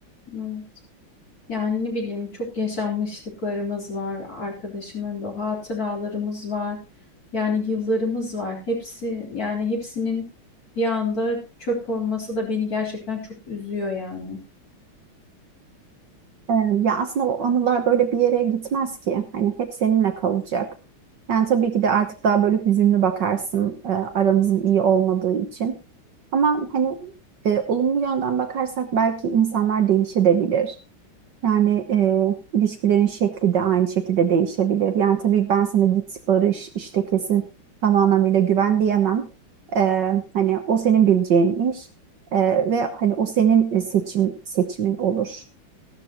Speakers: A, on the left; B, on the right.
A: evet. Yani ne bileyim çok yaşanmışlıklarımız var, arkadaşımın bu hatıralarımız var. Yani yıllarımız var. Hepsi yani hepsinin bir anda çöp olması da beni gerçekten çok üzüyor yani.
B: Ee, Ya aslında o anılar böyle bir yere gitmez ki. Hani hep seninle kalacak. Yani tabii ki de artık daha böyle hüzünlü bakarsın e, aranızın iyi olmadığı için. Ama hani e, olumlu yönden bakarsak belki insanlar değişebilir. Yani e, ilişkilerin şekli de aynı şekilde değişebilir. Yani tabii ben sana git barış işte kesin tam anlamıyla güven diyemem. Ee, hani o senin bileceğin iş Ee, ve hani o senin e, seçim seçimin olur.